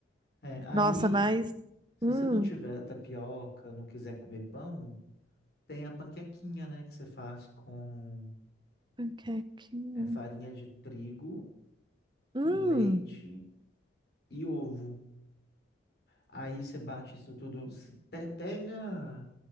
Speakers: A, on the left; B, on the right.
A: É, aí,
B: Nossa, mas.
A: se
B: Hum,
A: você não tiver tapioca, não quiser comer pão, tem a panquequinha, né, que você faz com
B: panquequinha.
A: é, farinha de trigo,
B: Hum,
A: leite e ovo. Aí você bate isso tudo, se pe- pega,